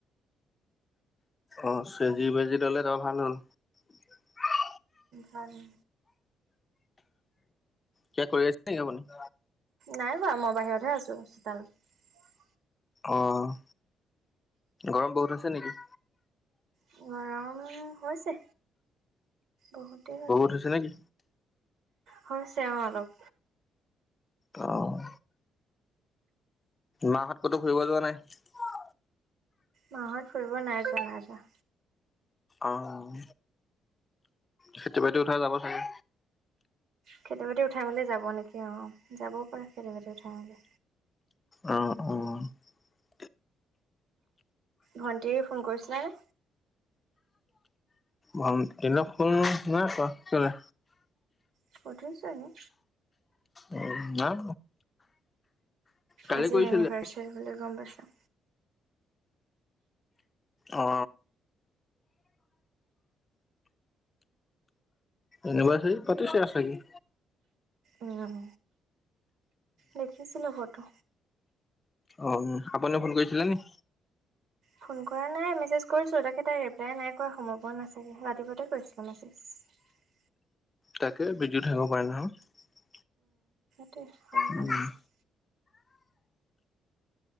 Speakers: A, on the left; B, on the right.
A: অ', চেজি বেজি ললে ত ভাল হ'ল <inaudible>
B: কাৰ <unintelligible>
A: কিবা কৰি আছে নেকি আপুনি?
B: নাই বাৰু মই বাহিৰতহে আছো চোতালত
A: আহ, গৰম বহুত আছে নেকি
B: গৰম হৈছে বহুতেই গছে
A: বহুত হৈছে নেকি
B: হৈছে অ অলপ
A: অ', মা হত ক'তো ফুৰিব যোৱা নাই
B: মা হত ফুৰিব নাই যোৱা নাই যোৱা
A: অহ খেতি বাতি উঠাই যাব চাগে
B: খেতি বাতি উঠাই মেলি যাব নিকি অ যাবও পাৰে খেতি বাতি উঠাই মেলি
A: অ', অ
B: ভন্টিৰ ফোন কৰিছিলে নে
A: ভণ্টিয়ে ফোন নাই কৰা কেলে
B: সুধিছো এনেই
A: উম নাই কালি
B: আজি
A: কৰিছিলে।
B: এনিভা চেৰি বুলি গম পাইছো
A: অ এনিৰ্ভাচেৰি পাতিছে ছাগে
B: উম দেখিছিলো ফটো
A: অ আপোনালে ফোন কৰিছিলে নি
B: ফোন কৰা নাই মেছেজ কৰিছো তাকে তাই ৰিপ্লাই নাই কৰা সময় পোৱা নাছিল ৰাতি পুৱাতে কৰিছিলো মেছেজ <unintelligible>
A: তাকে বিজি থাকিব পাৰে নহয়
B: হে সময়
A: উম।
B: পোৱা নাই চাগে